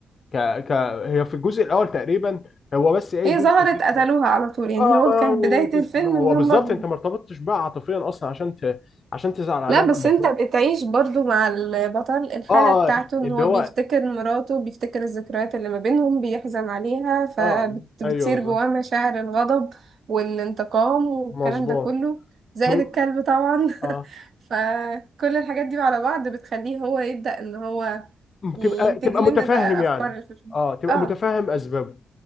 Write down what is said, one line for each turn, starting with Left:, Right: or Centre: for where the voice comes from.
Left: ك... ك... هي في الجزء الاول تقريبا هو بس ايه
Right: هي
Left: جزء
Right: ظهرت
Left: الذكرى
Right: قتلوها على طول يعني
Left: اه
Right: هو
Left: ما...
Right: كانت بداية
Left: ما
Right: الفيلم
Left: ما هو
Right: ان
Left: بالظبط
Right: هما
Left: انت ما ارتبطتش بقى عاطفيا اصلا عشان ت... عشان تزعل عليها
Right: لا
Left: لما
Right: بس انت
Left: تموت
Right: بتعيش برضو مع البطل الحالة
Left: اه
Right: بتاعته
Left: آه،
Right: ان
Left: اللي
Right: هو
Left: هو
Right: بيفتكر مراته بيفتكر الذكريات اللي ما بينهم بيحزن عليها فبتصير
Left: اه ايوه بالظبط
Right: جواه مشاعر الغضب والانتقام والكلام
Left: مظبوط
Right: ده كله زائد
Left: مو...
Right: الكلب طبعا
Left: اه
Right: <laughs> فكل الحاجات دي على بعض بتخليه هو يبدأ ان هو
Left: م- تبقى
Right: ي- ينتج
Left: تبقى
Right: لنا
Left: متفهم
Right: بقى الافكار
Left: يعني
Right: اللي في الفيلم.
Left: اه تبقى
Right: اه
Left: متفهم اسبابه